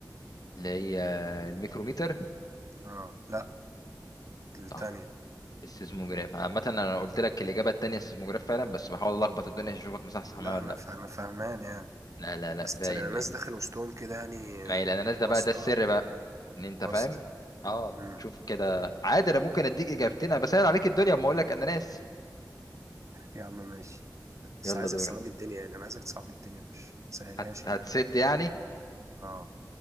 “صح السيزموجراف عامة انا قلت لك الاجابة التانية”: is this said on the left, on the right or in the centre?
Left